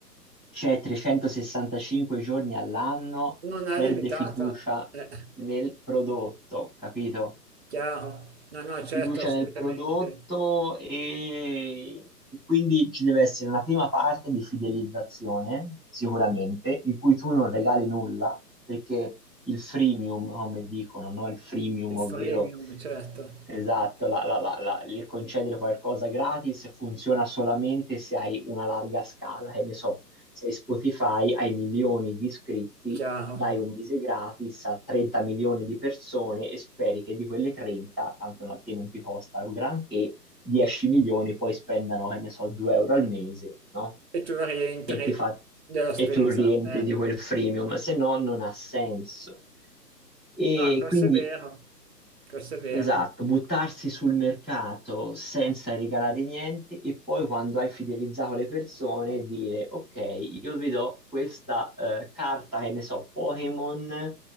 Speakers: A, in the centre; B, on the right.
A: c'è 365 giorni all'anno,
B: Non è
A: perde
B: limitata.
A: fiducia
B: eh.
A: nel prodotto, capito?
B: Chiaro. No,
A: Perde
B: no, certo,
A: fiducia
B: assolutamente.
A: nel prodotto e... e quindi ci deve essere una prima parte di fidelizzazione, sicuramente, in cui tu non regali nulla, perché il freemium, come dicono, no? Il freemium,
B: Il
A: ovvero
B: freemium, certo,
A: Esatto, la- la- la- la- il concedere qualcosa gratis funziona solamente se hai una larga scala, che ne so, se Spotify hai milioni di iscritti,
B: chiaro.
A: dai un mese gratis a 30 milioni di persone e speri che di quelle 30, tanto no, a te non ti costa un granché, 10 milioni poi spendano, che ne so, 2 euro al mese, no?
B: E tu rientri
A: E ti fa-
B: della
A: e
B: spesa.
A: tu rientri
B: Eh.
A: di quel freemium, se no non ha senso. E
B: No, questo
A: quindi
B: è vero, questo è vero.
A: Esatto, buttarsi sul mercato senza regalare niente e poi quando hai fidelizzato le persone dire ok, io vi do questa eh, carta che ne so, Pokémon